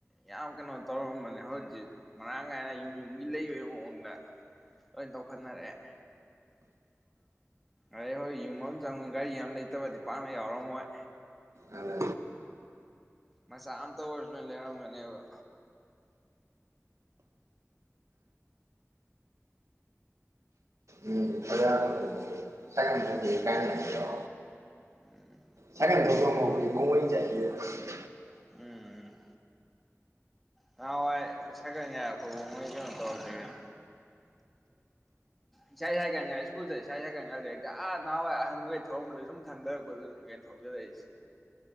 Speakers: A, in the centre; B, on the right.
A: ꯌꯥꯝ ꯀꯩꯅꯣ ꯇꯧꯔꯝꯕꯅꯦ ꯍꯧꯖꯤꯛꯛꯇꯛ ꯃꯔꯥꯡ ꯀꯥꯏꯅ ꯌꯨꯝ ꯌꯨꯝꯒꯤ ꯂꯩꯕꯩ ꯃꯑꯣꯡꯗ ꯂꯣꯏ ꯇꯧꯈꯠꯅꯔꯛꯑꯦ ꯑꯔꯦ ꯍꯣꯏ ꯌꯨꯝ ꯑꯃ ꯆꯪꯉ ꯒꯥꯔꯤ ꯑꯃ ꯂꯩꯇꯕꯗꯤ ꯄꯥꯛꯅ ꯌꯥꯎꯔꯝꯃꯣꯏ
B: ꯑꯗ
A: ꯃꯆꯥ ꯑꯝꯇ ꯑꯣꯏꯔꯁꯨ ꯂꯣꯏ ꯂꯩꯔꯒꯅꯤꯕ
B: ꯎꯝ ꯐꯖꯥ꯭ꯔ ꯊꯣꯛꯑꯨꯁꯤ ꯁꯥꯏꯀꯜ ꯊꯣꯛꯁꯤ ꯇꯥꯟꯅꯔꯛꯀꯦꯔꯣ
A: ꯎꯝ
B: ꯁꯥꯏꯀꯜ ꯊꯧꯗꯧ ꯃꯍꯨꯠꯇꯤ ꯈꯣꯡꯅ ꯑꯣꯏꯅ ꯆꯠꯂꯁ
A: ꯎꯝ ꯎꯝ꯬꯬꯬ ꯅꯍꯥꯟꯋꯥꯏ ꯁꯥꯏꯀꯜ ꯒꯥꯏ ꯑꯩꯈꯣꯏꯍꯣꯡꯃꯩ ꯀꯩꯅꯣ ꯇꯧꯔꯛꯇꯦ ꯀꯩꯅꯣ ꯏꯁꯥꯏ ꯁꯥꯏꯛꯜ ꯒꯥꯏ ꯁꯀꯨꯜꯗ ꯏꯁꯥꯏ ꯁꯥꯏꯛꯜ ꯒꯥ ꯂꯩꯔꯛꯇꯦ ꯑꯥ ꯅꯍꯥꯟꯋꯥꯏ ꯑꯍꯟꯃꯈꯩ ꯊꯔꯝꯕꯗꯨ ꯁꯨꯝ ꯊꯥꯡꯊꯔꯛꯄꯗꯨꯅꯤ ꯀꯩꯅꯣ ꯊꯧ ꯍꯧꯖꯗꯁ